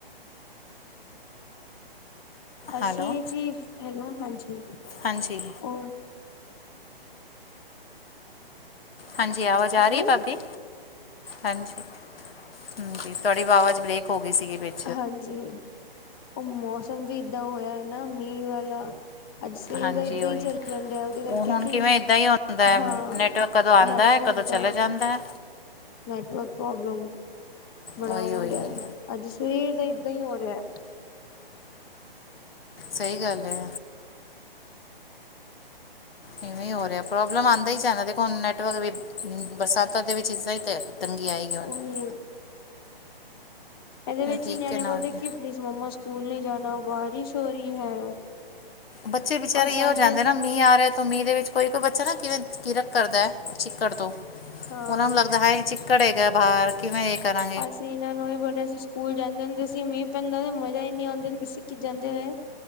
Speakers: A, on the left; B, on the left.
A: ਅਸੀਂ
B: ਹੈਲੋ
A: ਐ ਚੀਜ਼, ਹੈਲੋ ਹਾਂਜੀ
B: ਹਾਂਜੀ
A: ਓ
B: ਹਾਂਜੀ ਆਵਾਜ ਆ
A: ਹੈਲੋ
B: ਰੀ ਐ ਭਾਬੀ? ਹਾਂਜੀ। ਹਾਂਜੀ ਤੁਹਾਡੀ ਆਵਾਜ਼ ਬ੍ਰੇਕ ਹੋ ਗਈ ਸੀ ਵਿੱਚ।
A: ਹਾਂਜੀ, ਓ ਮੌਸਮ ਵੀ ਇਦਾਂ ਹੋਇਆ ਐ ਨਾ ਮੀਂਹ ਵਾਲਾ। ਅੱਜ ਸਵੇਰ
B: ਹਾਂਜੀ
A: ਦਾ ਏਦਾਂ
B: ਉਹੀ
A: ਹੀ ਚੱਲਣ ਦੀਆ ਉਹਦੇ ਕਰਕੇ
B: ਉਹ ਹੁਣ
A: ਕਿਓ
B: ਕਿਵੇਂ ਇੱਦਾਂ ਹੀ ਹੁੰਦਾ ਹੈ
A: ਹਾਂ।
B: ਨੈਟਵਰਕ ਕਦੋਂ ਆਂਦਾ
A: ਨੈਟਵਰਕ
B: ਕਦੋਂ ਚਲੇ
A: ਦਾ
B: ਜਾਂਦਾ।
A: ਨੈਟਵਰਕ ਪ੍ਰੋਬਲਮ ਬੜਾ
B: ਉਹੀ
A: ਆਉਣ
B: ਉਹੀ
A: ਢਆ ਅੱਜ ਸਵੇਰ ਦਾ ਏਦਾਂ ਹੀ ਹੋ ਰਿਆ।
B: ਸਹੀ ਗੱਲ ਏ। ਇਵੇਂ ਹੀ ਹੋ ਰਿਆ ਪ੍ਰੋਬਲਮ ਆਂਦਾ ਹੀ <unintelligible> ਦੇਖੋ ਹੁਣ ਨੈਟਵਰਕ ਵੀ ਬਰਸਾਤਾਂ ਦੇ ਵਿੱਚ ਇੱਦਾਂ ਹੀ ਤੰਗੀ ਆਏਗੀ। ਹੁਣ
A: ਉਹੀ ਏ। ਏਦੇ ਵਿੱਚ
B: ਠੀਕ
A: ਹੀ ਨਿਆਣੇ
B: ਹੈ ਨਾਲ
A: ਬੋਲਦੇ ਕਿ ਪਲੀਜ਼ ਮੰਮਾ ਸਕੂਲ ਨੀ ਜਾਨਾ ਬਾਰਿਸ਼ ਹੋ ਰੀ ਹੈ।
B: ਬੱਚੇ ਵਿਚਾਰੇ
A: ਔਰ ਸਾਡੇ
B: ਏ ਹੋ ਜਾਂਦਾ ਨਾ ਮੀਂ ਆ ਰਿਆ ਮੀਂਹ ਦੇ ਵਿੱਚ ਕੋਈ-ਕੋਈ ਬੱਚਾ ਨਾ ਕਿਵੇਂ ਕਿਰਕ ਕਰਦਾ ਚਿੱਕੜ ਤੋਂ
A: ਹਾਂ
B: ਉਹਨਾਂ ਨੂੰ ਲੱਗਦਾ ਹਾਏ ਚਿ ਕੜ ਏਗਾ ਬਾਹਰ। ਕਿਵੇੈਂ ਏ ਕਰਾਂ
A: ਅਸੀਂ ਇਨਾਂ ਨੂੰ ਵੀ ਬੋਲਯਾ ਸੀ ਸ ਕੂਲ ਜਾਂਦੇ ਹੁੰਦੇ ਸੀ ਮੀਂਹ ਪੈਂਦਾ ਮਜ਼ਾ ਇੰ ਨੀ ਆਉਂਦੇ ਹੁੰਦੇ ਸਿ ਕਿ ਜਾਂਦੇ ਹੋਯਾ